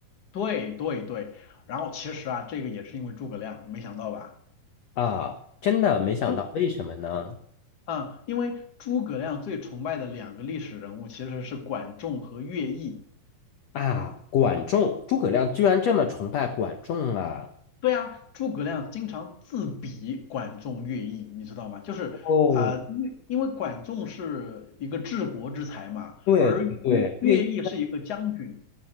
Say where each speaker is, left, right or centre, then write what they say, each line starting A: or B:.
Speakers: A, on the left; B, on the left.
A: 对对对，然后其实啊，这个也是因为诸葛亮，没想到吧？
B: 啊，真的没想到，
A: 因为
B: 为什么呢？
A: 嗯，因为诸葛亮最崇拜的两个历史人物其实是管仲和乐毅。
B: 啊，管仲，诸葛亮居然这么崇拜管仲啊！
A: 对啊，诸葛亮经常自比管仲、乐毅，你知道吗？就是啊，
B: 哦，
A: 呃因因为管仲是一个治国之才嘛，
B: 对对对，
A: 而乐乐毅是一个将军。
B: 乐毅